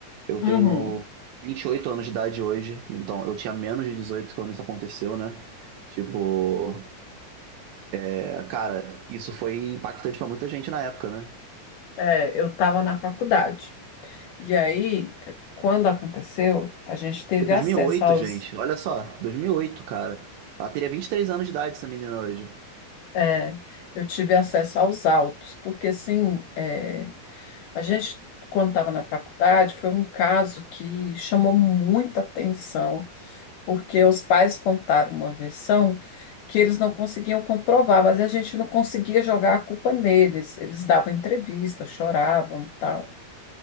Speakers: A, on the right; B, on the left.
A: Eu tenho
B: Uhum.
A: 28 anos de idade hoje, então eu tinha menos de 18 quando isso aconteceu, né? Tipo, é, cara, isso foi impactante pra muita gente na época, né?
B: É, eu estava na faculdade. E aí, quando aconteceu, a gente teve
A: Em
B: acesso
A: oito,
B: aos
A: gente, olha só, 2008, cara. Ela teria 23 anos de idade, essa menina hoje.
B: É, eu tive acesso aos autos, porque assim, é, a gente, quando estava na faculdade, foi um caso que chamou muita atenção, porque os pais contaram uma versão que eles não conseguiam comprovar, mas a gente não conseguia jogar a culpa neles. Eles davam entrevista, choravam, e tal.